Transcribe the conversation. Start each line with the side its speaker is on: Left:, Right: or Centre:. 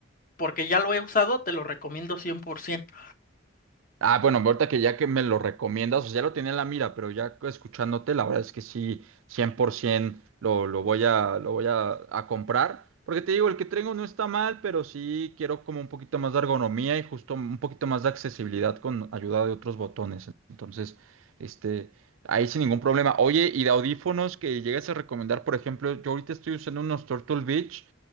Left: porque ya lo he usado, te lo recomiendo 100%.
Right: Ah, bueno, ahorita que ya que me lo recomiendas, o sea, ya lo tenía en la mira, pero ya escuchándote, la verdad es que sí, 100% lo, lo voy a, lo voy a, a comprar. Porque te digo, el que tengo no está mal, pero sí quiero como un poquito más de ergonomía y justo un poquito más de accesibilidad con ayuda de otros botones. Entonces, este, ahí sin ningún problema. Oye, y de audífonos que llegues a recomendar, por ejemplo, yo ahorita estoy usando unos Turtle Beach,